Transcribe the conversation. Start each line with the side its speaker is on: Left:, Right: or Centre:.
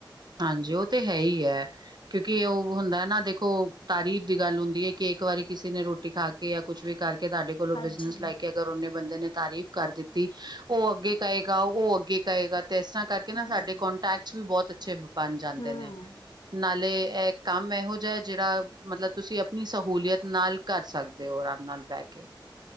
Right: ਹਾਂਜੀ ਉਹ ਤੇ ਹੈ ਹੀ ਹੈ। ਕਿਉਂਕਿ ਉਹ ਹੁੰਦਾ ਹੈ ਨਾ ਦੇਖੋ ਤਾਰੀਫ਼ ਦੀ ਗੱਲ ਹੁੰਦੀ ਹੈ ਕਿ ਇੱਕ ਵਾਰੀ ਕਿਸੇ ਨੇ ਰੋਟੀ ਖਾ ਕੇ ਜਾਂ ਕੁੱਛ ਵੀ ਕਰਕੇ ਤੁਡੇ ਕੋਲੋਂ
Left: ਹਾਂਜੀ
Right: ਬਿਜਨਸ ਲੈ ਕੇ ਅਰ ਨੇ ਬੰਦੇ ਨੇ ਤਾਰੀਫ਼ ਕਰ ਦਿੱਤੀ ਉਹ ਅੱਗੇ ਕਹੇਗਾ ਉਹ ਅੱਗੇ ਕਹੇਗਾ ਤੇ ਇਸ ਤਰ੍ਹਾਂ ਕਰਕੇ ਨਾ
Left: ਹਾਂਜੀ
Right: ਸਾਡੇ ਕੋਂਟੈਕਟਸ ਵੀ ਬਹੁਤ ਅੱਛੇ ਬਣ ਜਾਂਦੇ
Left: ਹੂੰ,
Right: ਨੇ ਨਾਲੇ ਇਹ ਕੰਮ ਇਹੋ ਜਿਹਾ ਜਿਹੜਾ ਮਤਲਬ ਤੁਸੀਂ ਆਪਣੀ ਸਹੂਲੀਅਤ ਨਾਲ ਕਰ ਸਕਦੇ ਹੋ ਆਰਾਮ ਨਾਲ ਬਹਿ ਕੇ